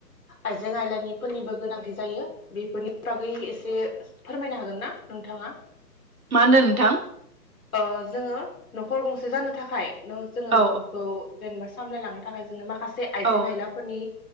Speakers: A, on the left (about 55°); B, on the right (about 55°).
A: आ इजें आइलानि फोरनिबो गोनांथि जायो बेफोरनि बागै एसे फोरमायनो हागोन ना नोंथाङा?
B: मा होनदों नोंथां
A: ओ जोङो न'खर गंसे जानो थाखाय नो जोङो
B: औ
A: न' खौ जेनेबा सामलायलांनो थाखाय जोङो माखासे से आइजें
B: औ
A: आइलाफोरनि